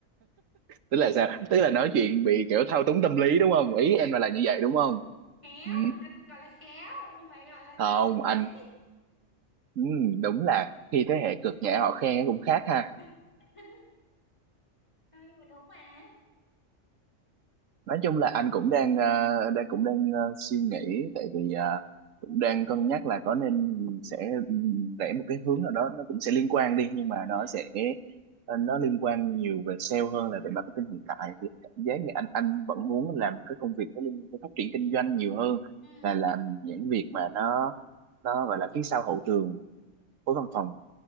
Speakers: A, on the right; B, on the left.
A: tức là sao tức là nói chuyện bị kiểu thao túng tâm lý đúng không ý em là là như vậy đúng không
B: khéo
A: ừ,
B: người ta cũng gọi là khéo không phải gọi là
A: không
B: thật
A: anh
B: đấy
A: ừ, đúng là khi thế hệ cực nhẹ họ khen cũng khác ha
B: <laughs> Thôi nhưng mà đúng mà
A: nói chung là anh cũng đang ờ, đang cũng đang ờ, suy nghĩ tại vì ờ, cũng đang cân nhắc là có nên sẽ rẽ một cái hướng nào đó nó cũng sẽ liên quan đi nhưng mà nó
B: ừ.
A: sẽ ờ, nó liên quan nhiều về sale hơn là về marketing hiện tại
B: đấy.
A: thì cảm giác như anh anh vẫn muốn làm cái công việc nó liên quan tới phát triển kinh doanh nhiều hơn
B: Ừ.
A: là làm những việc mà nó nó gọi là phía sau hậu trường của văn phòng